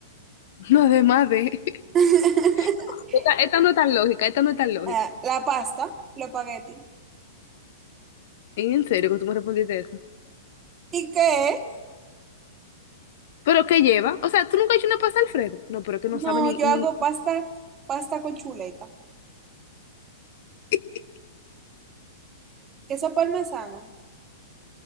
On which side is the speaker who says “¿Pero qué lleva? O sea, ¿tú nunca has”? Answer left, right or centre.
Left